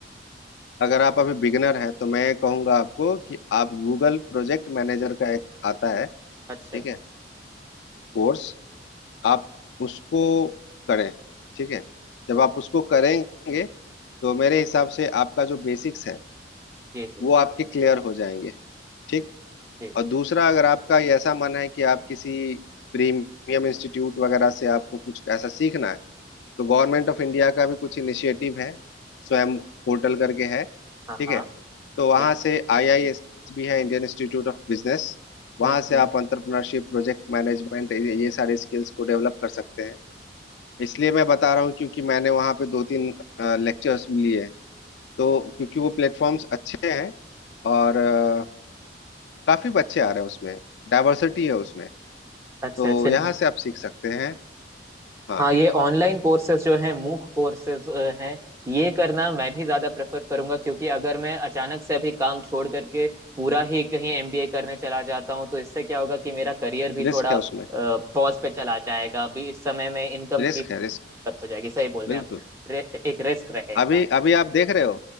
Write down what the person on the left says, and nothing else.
अगर आप अभी बिगनर हैं तो मैं कहूंगा आपको कि आप गूगल प्रोजेक्ट मैनेजर का एक आता है
ठीक है कोर्स आप उसको करें ठीक है जब आप उसको करेंगे तो मेरे हिसाब से आपका जो बेसिक्स है
वो आपके क्लियर हो जाएंगे ठीक
और दूसरा अगर आपका ये ऐसा मन है कि आप किसी प्रीमियम इंस्टीट्यूट वगैरह से आपको कुछ ऐसा सीखना है तो गवर्नमेंट ऑफ इंडिया का भी कुछ इनिशिएटिव है स्वयं पोर्टल करके है
ठीक
है तो वहां
से आईआईएस भी है इंडियन इंस्टीट्यूट ऑफ बिजनेस वहां
से
आप अंतरप्रनरशिप प्रोजेक्ट मैनेजमेंट ये सारे स्किल्स को डेवलप कर सकते हैं इसलिए मैं बता रहा हूँ क्योंकि मैंने वहां पे दो तीन लेक्चर्स भी लिए हैं तो क्योंकि वो प्लेटफॉर्म्स अच्छे हैं और अ, काफी बच्चे आ रहे हैं उसमें डाइवर्सिटी है उसमें तो
यहाँ से आप सीख सकते हैं हाँ
रिस्क
है उसमें
रिस्क
है रिस्क
बिल्कुल
अभी अभी आप देख रहे हो